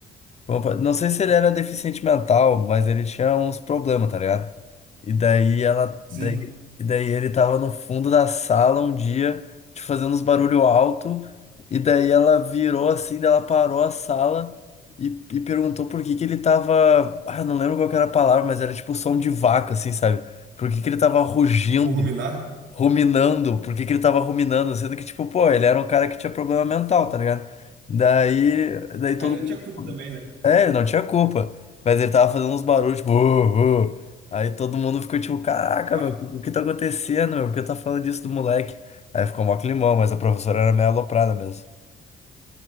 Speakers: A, on the left (about 35°); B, on the right (about 70°).
A: Opa, Não sei se ele era deficiente mental, mas ele tinha uns problemas, tá ligado? E daí ela,
B: Sim.
A: daí, e daí ele tava no fundo da sala um dia, te fazendo uns barulho alto, e daí ela virou assim, daí ela parou a sala e, e perguntou por que que ele tava, ah, não lembro qual que era a palavra, mas era tipo som de vaca, assim, sabe? Por que que ele tava rugindo,
B: Tipo, ruminar.
A: ruminando, por que que ele tava ruminando, sendo que tipo, pô, ele era um cara que tinha problema mental, tá ligado? Daí, daí
B: Ah,
A: todo
B: não
A: mundo
B: tinha culpa também, né?
A: é, ele não tinha culpa. Mas ele tava fazendo uns barulhos, tipo, "Uh, uh". Aí todo mundo ficou tipo, caraca,
B: Ah,
A: meu, o que tá acontecendo, meu? Por que tá falando disso do moleque? Aí ficou mó climão, mas a professora era meio aloprada mesmo.